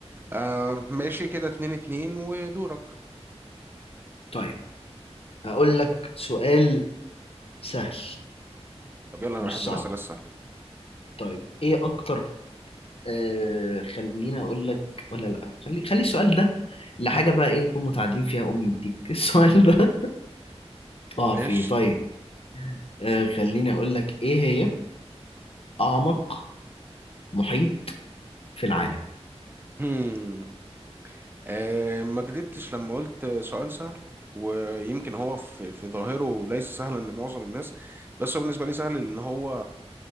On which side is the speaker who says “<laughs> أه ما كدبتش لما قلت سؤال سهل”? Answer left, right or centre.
Right